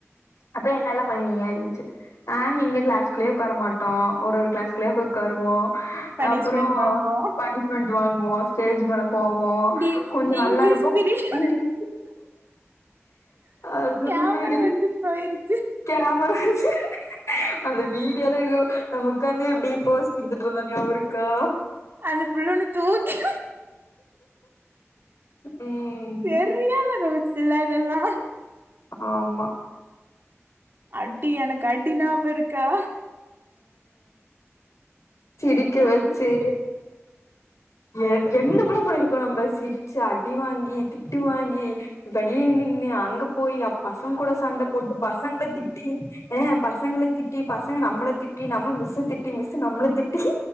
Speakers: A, on the left; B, on the right.
A: அப்ப என்னல்லா பண்ணீய அப்டின்ச்சு நாங்க இங்க கிளாஸ்குள்ளயே உக்கார மாட்டோ ஒரு ஒரு கிளாஸ்குள்ளயா போய் உக்காருவோ
B: பனிஷ்மெண்ட்
A: அப்பறோ
B: வாங்குவோ
A: பனிஷ்மெண்ட் வாங்குவோ ஸ்டேஜ் மேல போவோ
B: டி
A: கொஞ்ச
B: இங்கிலீஷ்
A: நல்லாருப்போ
B: பீரியட்
A: ம் அழும்படி
B: கேமரா வெச்சுட் போயிருச்
A: கேமரா வெச்சு அந்த வீடியோல எங்யோ நம்ம உக்காந்து எப்டி போஸ் குடுத்துட்ருந்தோ ஞாபோ இருக்கா
B: அந்த புல் ஒன்னு தூக்கி
A: ம்
B: செரியான நோட்ஸ் இல்ல அதெல்லா
A: அ ஆமா
B: அடி எனக் அடி ஞாபோ இருக்கா
A: சிடிக்க
B: செம
A: வெச்சு எ என்னமெல்லா பண்ணிருக்கோ நம்ப சிரிச்சு அடி வாங்கி திட்டு வாங்கி வெளிய நின்னு அங்க போயி அ பசங் கூட சண்ட போட்டு பசங்கள திட் டி அ பசங்கள திட்டி பசங்க நம்மள திட்டி நம்ம மிஸ்ச திட்டி மிஸ்ஸ நம்மள திட்டி